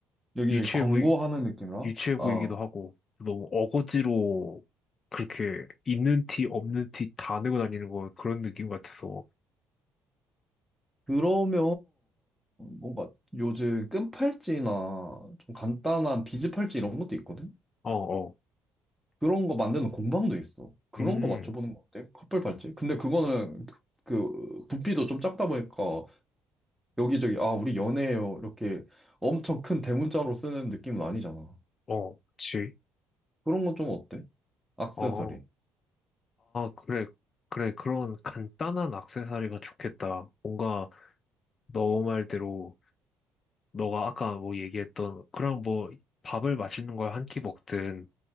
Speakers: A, in the centre; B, on the left.
A: 여기저기
B: 유치해
A: 광고하는
B: 보이,
A: 느낌이라?
B: 유치해 보이기도
A: 아,
B: 하고 너무 어거지로 그렇게 있는 티 없는 티 다 내고 다니는 거 그런 느낌 같아서
A: 그러면 뭔가 요즘 끈 팔찌나 좀 간단한 비즈 팔찌 이런 것도 있거든?
B: 어 어
A: 그런 거 만드는 공방도 있어. 그런
B: 음
A: 거 맞춰보는 거 어때? 커플 팔찌? 근데 그거는 그 부피도 좀 작다 보니까 여기저기 아 우리 연애해요 이렇게 엄청 큰 대문자로 쓰는 느낌은 아니잖아.
B: 어 그치
A: 그런 건 좀 어때? 액세서리.
B: 어아 그래 그래 그런 간단한 액세서리가 좋겠다 뭔가 너 말대로 너가 아까 뭐 얘기했던 그런 뭐 밥을 맛있는 걸 한 끼 먹든